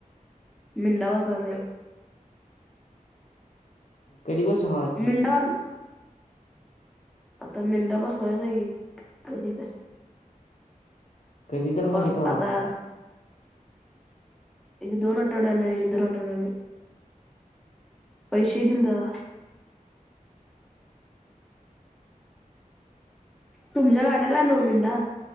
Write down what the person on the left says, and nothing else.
कधी बसणारय.
कधी तर म्हणजे
कवा.